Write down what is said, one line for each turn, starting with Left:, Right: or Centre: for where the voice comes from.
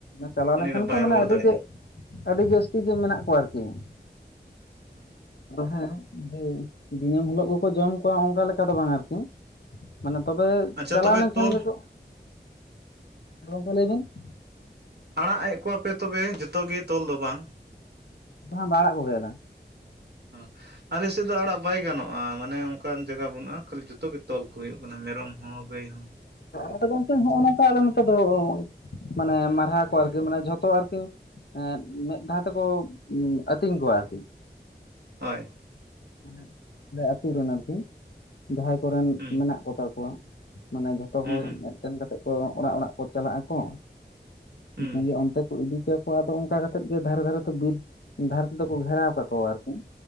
Left: ᱪᱟᱞᱟᱣ
Right: ᱩᱱᱤ
Left: ᱞᱮᱱᱠᱷᱟᱱ
Right: ᱫᱚ
Left: ᱠᱚ
Right: ᱵᱟᱭ
Left: ᱢᱟᱱᱮ
Right: ᱨᱩᱣᱟᱹᱲ
Left: ᱟᱹᱰᱤ
Right: ᱫᱟᱲᱮᱭᱟᱜᱼᱟ
Left: ᱜᱮ ᱟᱹᱰᱤ ᱡᱟᱹᱥᱛᱤ ᱜᱮ ᱢᱮᱱᱟᱜ ᱠᱚᱣᱟ ᱟᱨᱠᱤ ᱾
Right: ᱦᱩᱸ ᱾
Left: ᱦᱮᱸ ᱡᱮ ᱫᱤᱱᱟᱹᱢ ᱦᱤᱞᱳᱜ ᱜᱮᱠᱚ ᱡᱚᱢ ᱠᱚᱣᱟ ᱚᱱᱠᱟ ᱞᱮᱠᱟ ᱫᱚ ᱵᱟᱝ ᱟᱨᱠᱤ ᱾ ᱢᱟᱱᱮ ᱛᱚᱵᱮ
Right: ᱟᱪᱪᱷᱟ
Left: ᱪᱟᱞᱟᱣ
Right: ᱛᱚᱵᱮ
Left: ᱞᱮᱱᱠᱷᱟᱱ
Right: ᱛᱚᱞ
Left: ᱜᱮᱠᱚ, ᱜᱚᱝᱠᱮ ᱞᱟᱹᱭ ᱵᱤᱱ ᱾
Right: ᱟᱲᱟᱜ ᱮᱫ ᱠᱚᱣᱟᱯᱮ ᱛᱚᱵᱮ ᱡᱚᱛᱚ ᱜᱮ ᱛᱚᱞ ᱫᱚ ᱵᱟᱝ ᱾
Left: ᱵᱟᱝ ᱵᱟᱝ ᱟᱲᱟᱜ ᱠᱚ ᱜᱮᱭᱟᱞᱮ ᱾
Right: ᱦᱚᱸ ᱟᱞᱮ ᱥᱮᱫ ᱫᱚ ᱟᱲᱟᱜ ᱵᱟᱭ ᱜᱟᱱᱚᱜᱼᱟ ᱾ ᱢᱟᱱᱮ ᱚᱱᱠᱟᱱ ᱡᱟᱭᱜᱟ ᱵᱟᱹᱱᱩᱜᱼᱟ, ᱠᱷᱟᱹᱞᱤ ᱡᱚᱛᱚ ᱜᱮ ᱛᱚᱞ ᱠᱚ ᱦᱩᱭᱩᱜ ᱠᱟᱱᱟ ᱢᱮᱨᱚᱢ ᱦᱚᱸ ᱜᱟᱹᱭ ᱦᱚᱸ ᱾
Left: ᱟᱫᱚ ᱜᱚᱢᱠᱮ ᱦᱚᱸᱜ-ᱚ ᱱᱚᱝᱠᱟ ᱟᱞᱮ ᱱᱚᱛᱮ ᱫᱚ ᱢᱟᱱᱮ ᱢᱟᱨᱦᱟ ᱠᱚ ᱟᱨᱠᱤ, ᱢᱟᱱᱮ ᱡᱷᱚᱛᱚ ᱟᱨᱠᱤ ᱮᱸᱫ ᱢᱮᱫ ᱫᱷᱟᱣ ᱛᱮᱠᱚ ᱟᱹᱛᱤᱧ ᱠᱚᱣᱟ ᱟᱨᱠᱤ ᱾
Right: ᱦᱳᱭ ᱾
Left: ᱢᱟᱱᱮ <unintelligible> ᱟᱛᱳ ᱨᱮᱱ ᱟᱨᱠᱤ, ᱡᱟᱦᱟᱸᱭ ᱠᱚᱨᱮᱱ
Right: ᱦᱩᱸ
Left: ᱢᱮᱱᱟᱜ ᱠᱚ ᱛᱟᱠᱚᱣᱟ ᱾ ᱢᱟᱱᱮ ᱡᱷᱚᱛᱚ
Right: ᱦᱩᱸ
Left: ᱦᱚᱲ
Right: ᱦᱩᱸ
Left: ᱢᱤᱫᱴᱮᱱ ᱠᱟᱛᱮᱫ ᱠᱚ ᱚᱲᱟᱜ ᱚᱲᱟᱜ ᱠᱚ ᱪᱟᱞᱟᱜ ᱟᱠᱚ ᱾
Right: ᱦᱩᱸ
Left: ᱡᱩᱫᱤ ᱚᱱᱛᱮ, ᱤᱫᱤ ᱠᱚᱣᱟ ᱠᱚ ᱟᱫᱚ ᱚᱱᱠᱟ ᱠᱟᱛᱮᱫ ᱜᱮ ᱫᱷᱟᱨᱮ ᱫᱷᱟᱨᱮ ᱛᱮ ᱵᱤᱨ ᱫᱷᱟᱨᱮ ᱛᱮᱫᱚ ᱠᱚ ᱜᱷᱮᱨᱟᱣ ᱠᱟᱠᱚᱣᱟ ᱟᱨᱠᱤ ᱾